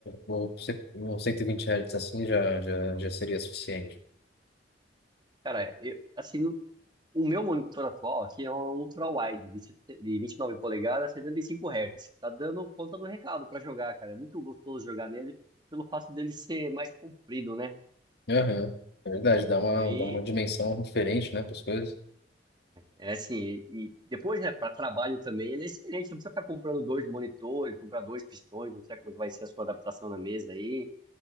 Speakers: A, on the left; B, on the right.
A: ou se- um 120 Hz assim já, já, já seria suficiente?
B: Cara, eu, assim, O meu monitor atual aqui é um ultra-wide, de sete- de 29 polegadas, 75 Hz. Tá dando conta do recado pra jogar, cara. É muito gostoso jogar nele pelo fato dele ser mais comprido, né?
A: Aham. É verdade, dá uma,
B: Aí,
A: dá uma dimensão diferente, né, para as coisas.
B: é assim, e, e depois, né, para trabalho também, ele é excelente. Não precisa ficar comprando dois monitores, comprar dois pistões, não sei como é que vai ser a sua adaptação na mesa aí.